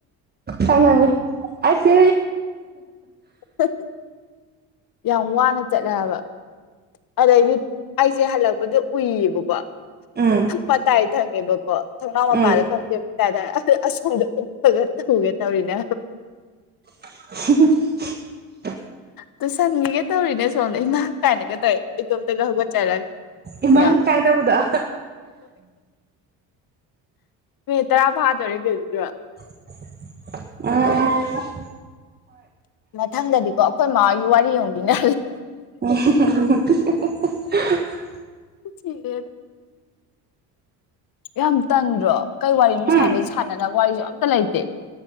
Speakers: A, on the right (about 25°); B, on the left (about 55°).
A: ꯍꯉꯉ ꯑꯁꯣ
B: ꯍ ꯌꯥꯝ ꯋꯥꯅ ꯆꯠꯂꯕ ꯑꯗꯩꯗꯤ ꯑꯩꯁꯦ ꯍꯜꯂꯛꯄꯗ ꯎꯏꯌꯦꯕꯀꯣ
A: ꯎꯝ
B: ꯃꯇꯥꯏ ꯊꯪꯉꯦꯕꯀꯣ ꯊꯧꯅꯥꯎ ꯃꯄꯥꯗ
A: ꯎꯝ
B: ꯐꯪꯗꯦꯕ ꯑꯁꯣꯝꯗ ꯐꯒꯨꯒꯦ ꯇꯧꯔꯤꯅꯦ
A: <unintelligible>
B: ꯇ ꯁꯟꯒꯤꯒꯦ ꯇꯧꯔꯤꯅꯦ ꯁꯣꯝꯗ ꯅꯍꯥꯛ ꯀꯥꯏꯅꯒ ꯇꯧꯋꯦ ꯏꯇꯣꯝꯇꯒ ꯍꯧꯒꯠꯆꯔꯒ
A: ꯏꯃꯥ
B: ꯌꯥꯝ
A: ꯀꯥꯏ ꯇꯧꯕꯗꯣ
B: ꯃꯤꯠ ꯇꯔꯥ ꯐꯥꯗꯧꯔꯤ ꯂꯩꯦꯕꯤꯗ
A: ꯎꯝ ꯎ
B: ꯃꯊꯪꯗꯗꯤꯀꯣ ꯑꯩꯈꯣꯏ ꯃꯥ ꯋꯥꯔꯤꯔꯤꯡꯕꯤꯅ
A: <unintelligible>
B: ꯁꯤꯦ ꯑꯗꯨ ꯌꯥꯝ ꯇꯟꯗ꯭ꯔꯣ ꯀꯩ ꯋꯥꯔꯤ ꯅꯨꯡꯁꯥꯟꯅꯁꯨ
A: ꯎꯝ
B: ꯁꯥꯟꯅꯅꯕ ꯋꯥꯔꯤꯁꯨ ꯌꯥꯝ ꯂꯥꯏꯇꯦ